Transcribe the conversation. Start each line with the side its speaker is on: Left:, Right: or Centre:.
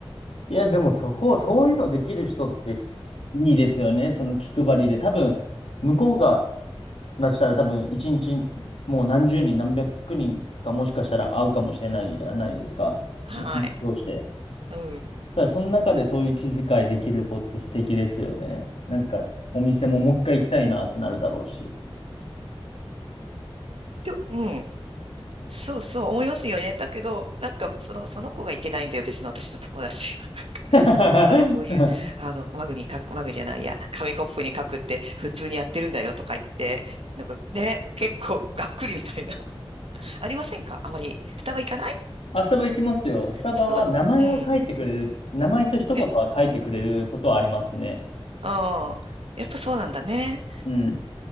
Left: いや、でもそこ、そういうのできる人ってすいいですよね。その気配りで。多分、向こうが
Right: うん。
Left: 出したら多分、一日もう何十人、何百人かもしかしたら会うかもしれないじゃないですか。
Right: はい。
Left: 一日通して。
Right: うん
Left: ただその中でそういう気遣いできる子って素敵ですよね。なんか、お店ももう一回行きたいなってなるだろうし。
Right: で、うん。そうそう思いますよね。だけど、なんか、その、その子がいけないんだよ。別の私の友達が。なんか
Left: <laughs>
Right: スタバでそういう、あの、マグに書く、マグじゃないや、紙コップに書くって普通にやってるんだよとか言って、なんかね、結構がっくりみたいな。<laughs> ありませんかあまり。スタバ行かない
Left: あ、スタバ行きますよ。スタバは名前は書いてくれる、
Right: スタバ、うん。
Left: 名前と一言は書いてくれることはありますね。
Right: えああー、やっぱそうなんだね。
Left: うん。